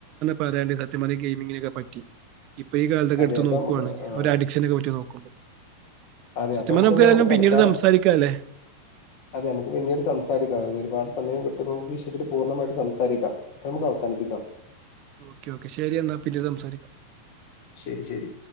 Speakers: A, on the right; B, on the left.
A: പറെണ്ടെ സ <unintelligible> ത്യം പറഞ്ഞ ഈ ഗെയിമിങ്ങിനൊക്കെ പറ്റി ഇപ്പൊ ഈ കാലത്ത് ഒക്കെ
B: അതെ
A: ഇട്‌ത്ത്
B: അപ്പൊ
A: നോക്കുവാണെങ്കിൽ
B: നമുക്ക് ആ
A: അവര് അഡിക്ഷനെക്കെ പറ്റി നോക്കുമ്പോ
B: അതെ
A: സത്യ
B: അപ്പൊ
A: പറഞ്ഞാൽ നമുക്ക്
B: എന്താ
A: ഏതായാലും
B: ഇപ്പൊ
A: പിന്നീട്
B: തൽക്കാലം
A: സംസാരിക്കാല്ലേ
B: അതെ നമുക്ക് പിന്നീട് സംസാരിക്കാം ഒരുപാട് സമയം കിട്ടുമ്പോൾ നമുക്ക് ഈവിഷയത്തിൽ പൂർണ്ണമായിട്ട് സംസാരിക്കാം നമുക്ക് അവസാനിപ്പിക്കാം
A: ഓക്കെ ഓക്കെ ശരി എന്നാൽ പിന്നെ സംസാരിക്കാം
B: ശരി ശരി